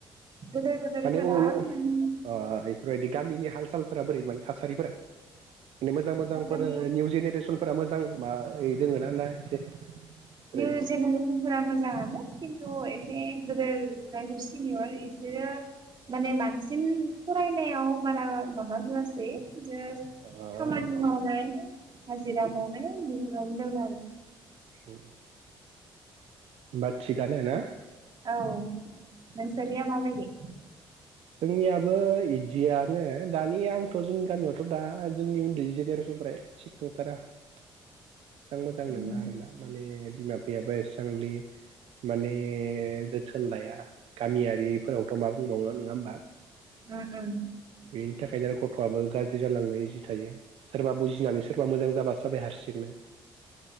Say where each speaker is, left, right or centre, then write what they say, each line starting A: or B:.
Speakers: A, on the right; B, on the right.
A: गोदोर गोदोरफोरा
B: माने इफोरबायदि
A: माने
B: गामिनि हाल सालफोरा बोरै माने थासारिफोरा? मोजां मोजांफोर
A: थासारिया
B: निउ जेनेरेसनफोरा मोजां <unintelligible>
A: निउ
B: दोङो
A: जेनेरेसनफोरा मोजांआनो खिन्थु एसे गेदेर जायफोर सिनियर बिसोरो माने बांसिन फरायनायाव बारा माबा होआसै जास्ट
B: अ
A: खामानि
B: अ
A: मावनाय हाजिरा मावनाय बेफोरावनो दङ आरो।
B: उम। होनबा थिगानो ना?
A: औ। नोंसानिआ मा बायदि?
B: जोंनियाबो इदियानो, दानि आंथ' जोंनि गामियावथ' दा जोंनि उन्दै जेनेरेसनफ ए थिख नंथारा‌। एसेबां मोजां
A: उम
B: नङा आरो ना माने बिमा बिफायाबो एसांलि माने जोथोन लाया, गामियारिफोरावथ' मा बुंबावनो नङा होनबा?
A: उम उम।
B: बेनि थाखायनो आरो गथ'आबो गाज्रि जालांनो इजि थायो। सोरबा बुजिनानै सोरबा मोजां जाबासो जाबाय हारसिंनो